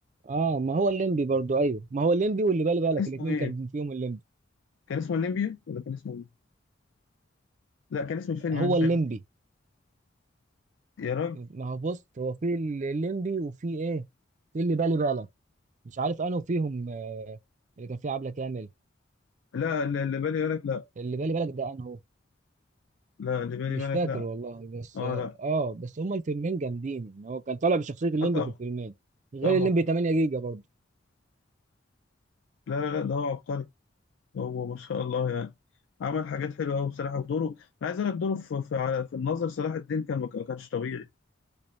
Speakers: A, on the right; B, on the left.
A: اه ما هو الليمبي برضو ايوه ما هو الليمبي واللي بالي بالك
B: كان اسمه
A: الاثنين
B: إيه؟
A: كان فيهم الليمبي
B: كان اسمه الليمبي ولا كان اسمه إيه؟ لا كان اسم الفيلم
A: هو
B: نفسه
A: الليمبي
B: يا راجل يا راجل
A: ما هو بص هو في الليمبي وفي ايه في اللي بالي بالك مش عارف انه فيهم آه اللي كان فيه عبلة كامل
B: لا اللي اللي بالي بالك لا
A: اللي بالي بالك ده انه
B: لا اللي بالي
A: مش
B: بالك
A: فاكر
B: لا
A: والله بس
B: آه
A: اه
B: لا
A: آه، بس هما الفيلمين جامدين يعني هو كان طالع بشخصية الليمبي
B: آه طبعا
A: في الفيلمين غير
B: طبعا
A: الليمبي 8
B: طبعا
A: جيجا برضو
B: لا لا لا ده هو عبقري هو ما شاء الله يعني عمل حاجات حلوة أوي بصراحة ودوره أنا عايز أقول لك دوره في في, على- في الناظر صلاح الدين كان ما كانش طبيعي